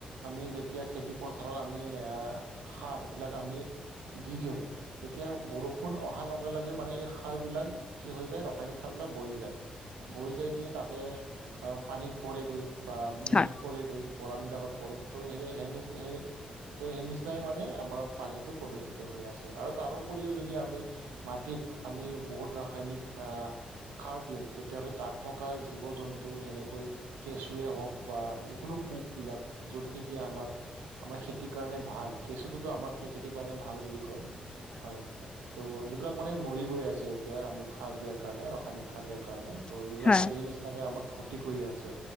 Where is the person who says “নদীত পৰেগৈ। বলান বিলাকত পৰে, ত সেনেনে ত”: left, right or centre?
Right